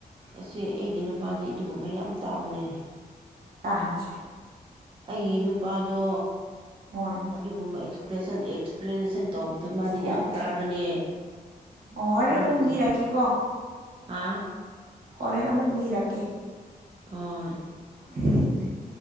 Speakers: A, on the right; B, on the right.
A: ꯑꯁꯤ ꯑꯩꯒꯤ ꯅꯨꯄꯥꯗꯤ ꯑꯗꯨꯒꯨꯝꯕ ꯌꯥꯝ ꯇꯥꯕꯅꯦ
B: ꯇꯥꯍꯟꯁꯦ
A: ꯑꯩꯒꯤ ꯅꯨꯄꯥꯗꯣ
B: ꯍꯣꯏ
A: ꯑꯗꯨꯒꯨꯝꯕ ꯑꯦꯛꯁꯄ꯭ꯂꯦꯁꯟ ꯑꯦꯛꯁꯄ꯭ꯂꯦꯅꯦꯁꯟ ꯇꯧꯕꯗꯨ ꯃꯥꯗꯤ
B: ꯑꯣ
A: ꯌꯥꯝ ꯇꯥꯕꯅꯦ
B: ꯑꯣ ꯍꯣꯔꯦꯟ
A: ꯑꯗꯨꯒꯨꯝꯕꯗꯣ
B: ꯑꯃꯨꯛ ꯂꯤꯔꯛꯀꯦꯀꯣ
A: ꯍꯥ
B: ꯍꯣꯔꯦꯟ ꯑꯃꯨꯛ ꯂꯤꯔꯛꯀꯦ
A: ꯍ‌ꯣꯏ
B: <unintelligible>